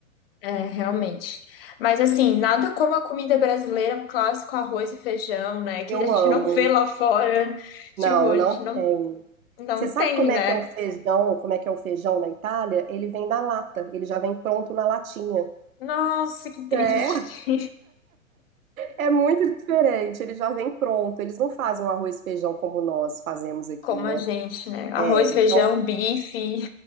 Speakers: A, on the left (about 45°); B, on the right (about 80°).
A: É, realmente. Mas assim, nada como a comida brasileira, um clássico arroz e feijão, né? Que
B: Eu
A: a gente
B: amo.
A: não vê lá fora. Tipo,
B: Não,
A: a
B: não
A: gente não,
B: tem.
A: não
B: Você sabe
A: tem,
B: como
A: né?
B: é que é o feijão, como é que é o feijão na Itália? Ele vem da lata, ele já vem pronto na latinha.
A: Nossa, que triste.
B: É, É muito diferente, ele já vem pronto. Eles não fazem um arroz e feijão como nós fazemos aqui,
A: Como
B: né?
A: a gente, né? Arroz,
B: É, então
A: feijão, bife.